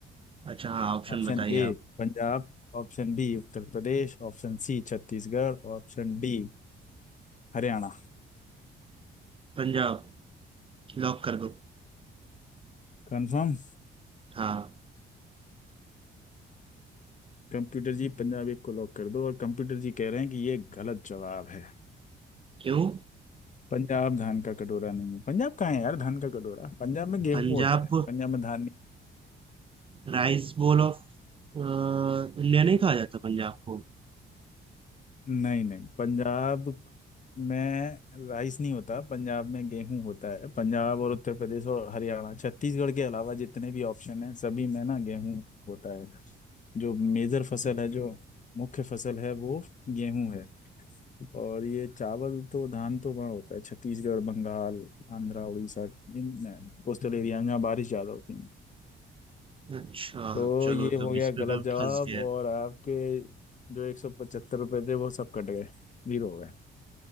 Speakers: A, on the right; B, on the left.
A: अच्छा हाँ ऑप्शन
B: Option
A: बताइए
B: A
A: आप
B: Punjab option B Uttar Pradesh option C Chhattisgarh option D Haryana
A: पंजाब लॉक कर दो
B: Confirm
A: हाँ
B: Computer ji Punjab एक को लॉक कर दो और कंप्यूटर जी कह रहे हैं कि ये गलत जवाब है
A: क्यों
B: पंजाब धान का कटोरा नहीं है पंजाब कहाँ है यार धान का कटोरा पंजाब में गेहूं
A: पंजाब
B: होता है
A: को
B: पंजाब में धान
A: राइस बोल ऑफ अ, इंडिया नहीं कहा जाता पंजाब को
B: नहीं नहीं नहीं पंजाब मैं राइस नहीं होता पंजाब में गेहूं होता है पंजाब और उत्तर प्रदेश और हरियाणा छत्तीसगढ़ के अलावा जितने भी ऑप्शन हैं सभी में ना गेहूं होता है जो मेजर फसल है जो मुख्य फसल है वो गेहूं है और ये चावल तो धान तो वहाँ होता है छत्तीसगढ़ बंगाल आंध्रा उड़ीसा इन कोस्टल एरिया में जहाँ बारिश ज़्यादा होती है
A: अच्छा
B: तो
A: चलो
B: ये हो
A: तब
B: गया
A: इस
B: गलत
A: पे मैं
B: जवाब
A: फंस गया
B: और आपके जो एक सौ पचहत्तर रुपये थे वो सब कट गए जीरो हो गए